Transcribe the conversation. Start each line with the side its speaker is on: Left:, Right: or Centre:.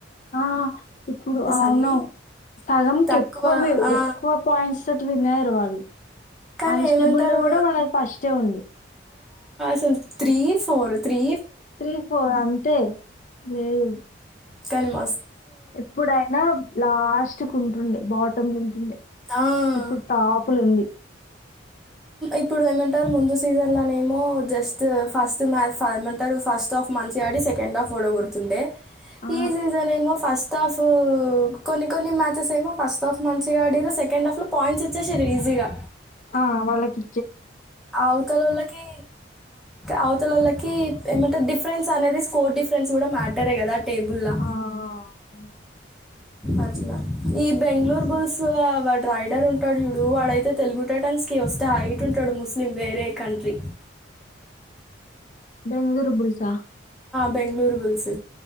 Left: ఆ ఇప్పుడు అవును
Centre: అన్నీ
Left: సగంకి
Centre: తక్కువ
Left: ఎక్కువ
Centre: ఆ!
Left: ఎక్కువ పాయింట్స్ తోటి వినారు వాళ్ళు అవును
Centre: కానీ
Left: కానిస్టేబుల్
Centre: ఏమంటారు
Left: లో కూడా మనకు ఫస్టే ఉంది
Centre: సలు three four three
Left: three four అంతే లేదు
Centre: కనిమ
Left: ఎప్పుడైనా లాస్ట్ మచ్చుకుంటుండే బాటమ్ ఉంటుండే
Centre: ఆ!
Left: ఇప్పుడు టాప్లో ఉంది
Centre: ఇప్పుడు ఏమంటారు ముందు సీజన్లోనే ఏమో జస్ట్ ఫస్ట్ మ్యాచ్ ఏమంటారు ఫస్ట్ హాఫ్ మంచిగా ఆడి సెకండ్ హాఫ్ ఓడకూడుతుండే
Left: ఆ!
Centre: ఈ సీజన్ ఏమో ఫస్ట్ హాఫ్ కొన్ని కొన్ని మ్యాచెస్ ఏమో ఫస్ట్ హాఫ్ మంచిగా ఆడిరు సెకండ్ హాఫ్లో పాయింట్స్ ఇచ్చేసారు ఈజీగా
Left: ఆ వాళ్ళకి
Centre: అవుతకి అవుతలోళ్ళకి ఏమంటే డిఫరెన్స్ అనేది స్కోర్ డిఫరెన్స్ కూడా మ్యాటర్ ఏ కదా టేబుల్లా
Left: ఆ! అవును.
Centre: అట్నా ఈ బెంగళూరు బుల్స్ వాడు రైడర్ ఉంటాడు ఇడు వాడైతే తెలుగు టటన్స్ కి వస్తే హైట్ ఉంటాడు ముస్లిం వేరే కంట్రీ
Left: బెంగళూరు బుల్సా
Centre: బెంగళూరు బుల్స్